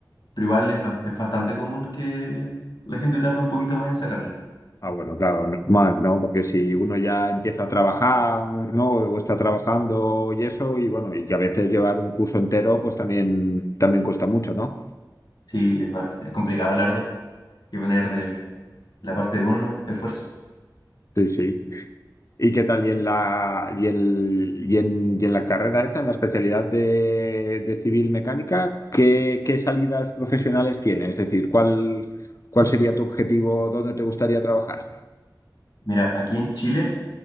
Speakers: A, on the left (about 65°); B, on the left (about 45°).
A: Pero igual es, ba- es bastante común que la gente tarde un poquito más en sacarlo.
B: Ah, bueno, claro, normal, ¿no? Porque si uno ya empieza a trabajar, ¿no? O está trabajando y eso, y bueno, y que a veces llevar un curso entero, pues también, también cuesta mucho, ¿no?
A: Sí, es, ba- es complicado, la verdad. Hay que poner de la parte de uno, ¿no? Esfuerzo.
B: Sí, sí. ¿Y qué tal? ¿Y en la, y el, y en, y en la carrera esta, en la especialidad de, de civil mecánica, ¿qué, qué salidas profesionales tienes? Es decir, ¿cuál, cuál sería tu objetivo? ¿Dónde te gustaría trabajar?
A: Mira, aquí en Chile,